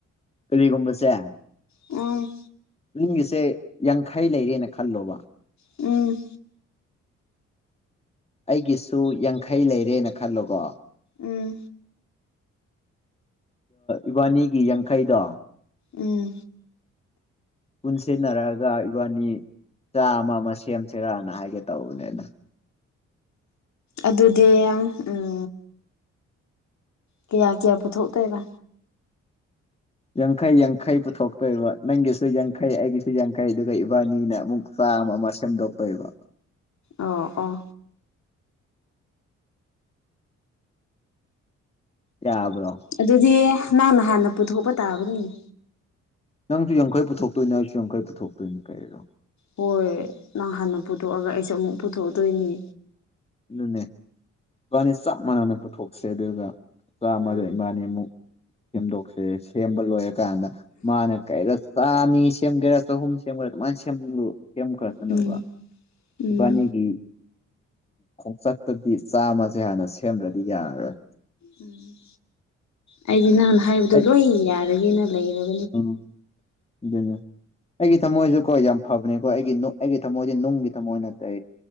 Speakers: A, on the left (about 20°); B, on the left (about 60°).
A: ꯀꯔꯤꯒꯨꯝꯕꯁꯦ
B: ꯎꯝ
A: ꯒꯤꯁꯦ ꯌꯥꯡꯈꯩ ꯂꯩꯔꯦꯅ ꯈꯜꯂꯣꯕ
B: ꯎꯝ
A: ꯑꯩꯒꯤꯁꯨ ꯌꯥꯡꯈꯩ ꯂꯩꯔꯦꯅ ꯈꯜꯂꯣꯀꯣ
B: ꯎꯝ
A: ꯏꯕꯥꯅꯤꯒꯤ ꯌꯥꯡꯈꯩꯗ
B: ꯎꯝ
A: ꯄꯨꯟꯁꯤꯟꯅꯔꯒ ꯏꯕꯥꯅꯤ ꯆꯥ ꯑꯃ ꯑꯃ ꯁꯦꯝꯁꯤꯔꯥꯅ ꯍꯥꯏꯒꯦ ꯇꯧꯕꯅꯤꯅ
B: ꯑꯗꯨꯗꯤ ꯌꯥꯝ ꯎꯝ ꯀꯌꯥ ꯀꯌꯥ ꯄꯨꯊꯣꯛꯇꯣꯏꯕ
A: ꯌꯥꯡꯈꯩ ꯌꯥꯡꯈꯩ ꯄꯨꯊꯣꯛꯇꯣꯏꯕ ꯅꯪꯒꯤꯁꯨ ꯌꯥꯡꯈꯩ ꯑꯩꯒꯤꯁꯨ ꯌꯥꯡꯈꯩ ꯑꯗꯨꯒ ꯏꯕꯥꯅꯤꯅ ꯑꯃꯨꯛ ꯁꯥꯃꯃꯁꯝꯗꯣꯄꯩꯕ
B: ꯑꯣ ꯑꯣ
A: ꯌꯥꯕ꯭ꯔꯣ
B: ꯑꯗꯨꯗꯤ ꯅꯪꯅ ꯍꯥꯟꯅ ꯄꯨꯊꯣꯛꯄ ꯇꯥꯕꯅꯤꯅꯦ
A: ꯅꯪꯁꯨ ꯌꯥꯡꯈꯩ ꯄꯨꯊꯣꯛꯇꯣꯏꯅꯦ ꯑꯩꯁꯨ ꯌꯥꯈꯩ ꯄꯨꯊꯣꯛꯇꯣꯏꯅꯤ ꯀꯔꯤꯅꯣ
B: ꯍꯣꯏ ꯅꯪ ꯍꯥꯟꯅ ꯄꯨꯊꯣꯛꯑꯒ ꯑꯩꯁꯦ ꯑꯃꯨꯛ ꯄꯨꯊꯣꯛꯑꯗꯣꯏꯅꯤ
A: ꯑꯗꯨꯅꯦ ꯏꯕꯥꯅꯤ ꯆꯞ ꯃꯥꯟꯅꯅ ꯄꯨꯊꯣꯛꯁꯦ ꯑꯗꯨꯒ ꯆꯥꯝꯃꯗ
B: ꯎꯝ
A: ꯏꯕꯥꯥꯅꯤ ꯑꯃꯨꯛ ꯁꯦꯝꯗꯣꯛꯁꯦ ꯁꯦꯝꯕ ꯂꯣꯏꯔꯀꯥꯟꯗ ꯃꯥꯅ ꯀꯩꯔ ꯆꯥꯅꯤ ꯁꯦꯝꯒꯦꯔꯥ ꯆꯍꯨꯝ ꯁꯦꯝꯒꯦꯔꯥ ꯑꯗꯨꯃꯥꯏꯅ ꯁꯦꯝꯂꯨ ꯁꯦꯝ ꯈꯔ ꯆꯠꯟꯅꯅꯕ
B: ꯎꯝ ꯎꯝ
A: ꯏꯕꯥꯅꯤꯒꯤ ꯈꯣꯡꯆꯠꯇꯗꯤ ꯆꯥꯃꯁꯦ ꯍꯥꯟꯅ ꯁꯦꯝꯗ꯭ꯔꯗꯤ ꯌꯥꯔꯔꯣꯏ
B: ꯎꯝ ꯑꯩꯗꯤ ꯅꯍꯥꯟꯅ ꯍꯥꯏꯕꯗꯣ
A: ꯑꯩ
B: ꯂꯣꯏ ꯌꯥꯔꯒꯦꯅ ꯂꯩꯔꯕ
A: ꯎꯝ ꯑꯗꯨꯅꯦ ꯑꯩꯒꯤ ꯊꯝꯃꯣꯏꯁꯨꯀꯣ ꯌꯥꯝ ꯐꯕꯅꯤꯀꯣ ꯑꯩꯒꯤ ꯑꯩꯒꯤ ꯊꯝꯃꯣꯏꯁꯦ ꯅꯨꯡꯒꯤ ꯊꯝꯃꯣꯏ ꯅꯇꯦ